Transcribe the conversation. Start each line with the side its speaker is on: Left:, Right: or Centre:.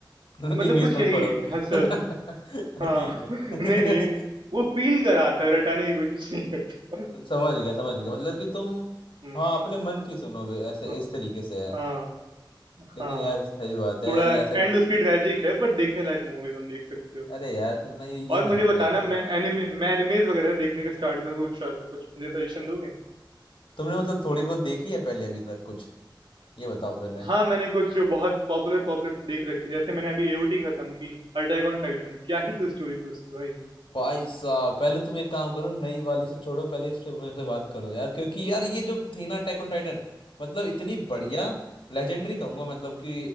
Left: <laughs>
Right: मतलब
Left: इंग्लिश
Right: कुछ
Left: मत
Right: यही
Left: पढ़ो
Right: हसल
Left: <laughs>
Right: हाँ
Left: ठीक है
Right: <laughs> नहीं नहीं वो फील कराता है रटाने की कोशिश नहीं करता
Left: <laughs> समझ गया समझ गया मतलब कि तुम
Right: हम्म
Left: हाँ अपने मन की सुनो बे- ऐसे
Right: हाँ
Left: इस तरीके से है
Right: हाँ
Left: लेकिन
Right: हाँ,
Left: यार सही बात है
Right: थोड़ा
Left: यार ये
Right: एंड
Left: ऐसा
Right: उसकी ट्रेजिक है पर देखने लायक मूवी है तुम देख सकते हो
Left: अरे यार तुम ना ये ये
Right: और
Left: मत
Right: मुझे
Left: बताया
Right: बताना
Left: करो
Right: मैं एनिमे मैं एनिमेज़ वगैरह देखने का स्टार्ट करूँ सोच रहा था कुछ मुझे सजेशन दोगे?
Left: तुमने मतलब थोड़ी बहुत देखी है पहले अभी तक कुछ ये बताओ पहले
Right: हाँ, मैंने कुछ जो बहुत पॉपुलर पॉपुलर तो देख रखी जैसे मैंने अभी एओटी खत्म की अटैक ऑन टाइटन क्या ही तो स्टोरी थी उसकी भाई।
Left: भाई साहब पहले तुम एक काम करो नई वाली से छोड़ो पहले इस पे मेरे से बात करो यार क्योंकि यार ये जो थी ना अटैक ऑन टाइटन मतलब इतनी बढ़िया लेजेंडरी कहूंगा मतलब कि